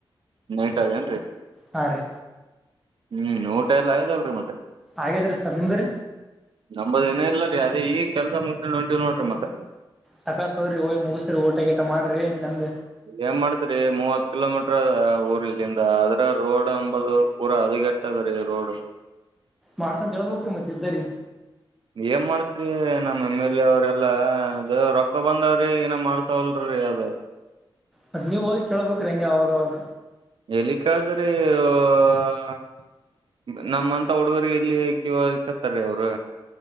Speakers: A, on the right (about 65°); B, in the centre.
A: ನೈಟ್ ಅದನ್ರಿ
B: ಹಾಂ ರೀ
A: ಹ್ಮ ಊಟ ಎಲ್ಲ ಆಯದಲ್ರರಿ ಮತ್ತ
B: ಅಗೆದ್ರಿ ಸರ್ ನಿಮ್ದ್ರ
A: ನಂಬದ ಇನ ಇಲ್ಲರಿ ಅದೇ ಈಗ ಕೆಲಸ ಮುಗಸ ಹೊಂಟಿ ನೋಡ್ರಿ ಮತ್ತ
B: ಸಕಾಸ ಹೋರಿ ಹೋಗಿ ಮುಗಸ್ರಿ ಊಟ ಗಿಟ ಮಾಡ್ರಿ ಚಂದ
A: ಏನ್ ಮಾಡ್ತರಿ ಮೂವತ್ತ ಕಿಲೋಮೀಟರ ಊರ ಇಲ್ಲಿಂದ ಅದ್ರ ರೋಡ್ ಅಂಬುದು ಪೂರ ಹದಗೆ ಟ್ಟದರೀ ರೋಡ್
B: ಮಾಡ್ಸ ಅಂತ ಹೇಳ್ಬೇಕರೀ ಮತ್ತ ಇದ್ದೀರೀ
A: ಏನ್ ಮಾಡ್ತ್ರಿ ನಮ್ಮ ಎಮ್ ಎಲ್ ಎ ಅವ್ರ ಎಲ್ಲಾ ಅದು ರೊಕ್ಕ ಬಂದವ್ರಿ ಏನ ಮಾಡ್ಸವಲ್ರಿ ಅದ
B: ಮತ್ತ ನೀವು ಹೋಗಿಕೆಳ್ಬೇಕ್ರೀ ಹೆಂಗೆ ಅವಾಗಾಗ
A: ಎಲ್ಲಿಕ್ಕಾದ್ರೆ <unintelligible> ನಮ್ಮಂತ ಹುಡುಗರ್ ಎಲ್ಲಿ ಕ ಕತ್ತಾರೀ ಅವರು